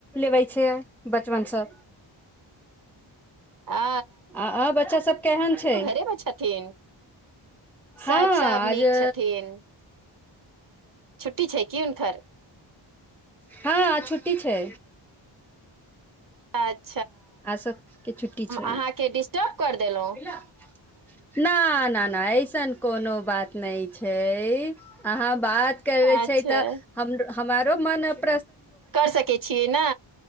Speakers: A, in the centre; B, on the right (about 45°).
A: लेबै छै बचपनसँ
B: आ
A: अ अ बच्चा सब केहेन छै
B: ऐ मे छथिन सभ
A: हँ
B: सभ नीक
A: आजे
B: छथिन छुट्टी छै की हुनकर।
A: हँ छु छुट्टी छै
B: अच
A: आ सबके छुट्टी छै
B: अहाँके डिस्टर्ब कर देलहुँ
A: न न न ऐसन कोनो बात नहि छै अहाँ बात करबै
B: अच्छा
A: छै तऽ हम हमारो मन अब
B: कर सकै छियै ने